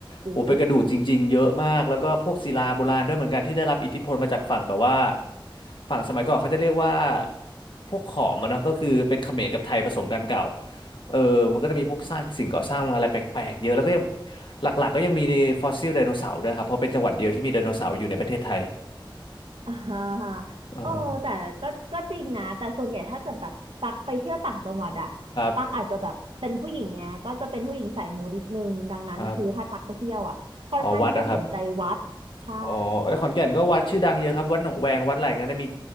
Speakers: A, on the right (about 85°); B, on the left (about 65°).
A: โอ้
B: โอ้เป็นกระดูกจริงๆเยอะมากแล้วก็พวกศิลาโบราณด้วยเหมือนกันที่ได้รับอิทธิพลมาจากฝั่งแบบว่าฝั่งสมัยก่อนเขาจะเรียกว่าพวกขอมอะเนาะก็คือเป็นเขมรกับไทยผสมกันเก่าเออมันก็จะมีพวกสร้างสิ่งก่อสร้างอะไรแปลกๆเยอะแล้วก็ยังหลักๆก็ยังมีฟอสซิลไดโนเสาร์ด้วยครับเพราะเป็นจังหวัดเดียวที่มีไดโนเสาร์อยู่ในประเทศไทย
A: อ่าเออแต่ก็ก็จริงนะแต่ส่วนใหญ่ถ้าเกิดแบบตักไปเที่ยวต่างจังหวัดอะตักอาจจะแบบเป็นผู้หญิงไงก็จะเป็นผู้หญิงสายมูนิดนึงดังนั้นคือถ้าตักไปเที่ยวอะค่อนข้างที่จะสนใจวัดใช่
B: เออ ครับครับอ๋อวัดอะครับอ๋อไอ้ยขอนแก่นก็วัดชื่อดังเยอะครับวัดหนองแวงวัดอะไรงั้นนะมี